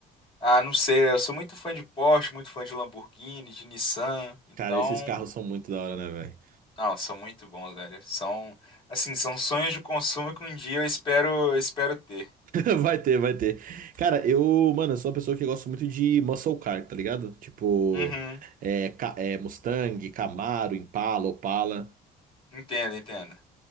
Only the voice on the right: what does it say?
Cara, esses carros são muito da hora, né, velho?
<laughs> Vai ter, vai ter. Cara, eu, mano, eu sou uma pessoa que gosta muito de muscle car, tá ligado? Tipo,
é, ca- é, Mustang, Camaro, Impala, Opala.